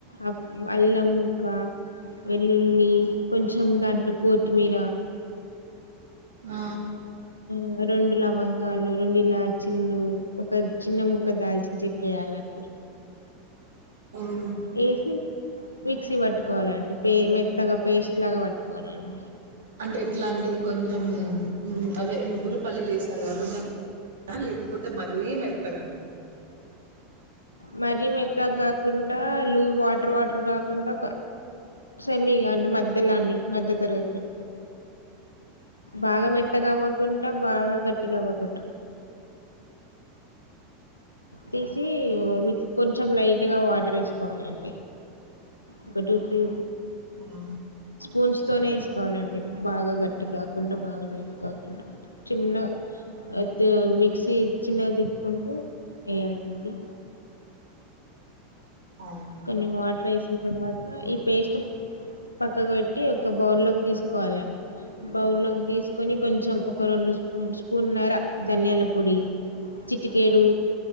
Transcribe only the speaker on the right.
ఆ
అవును
అంటే ఎట్లా అంటే కొంచెం అవే నువ్వులు పల్లీలు వసారుగాద కొంచెం లేకపోతే మరీ మెత్తగ
ఆ
ఆ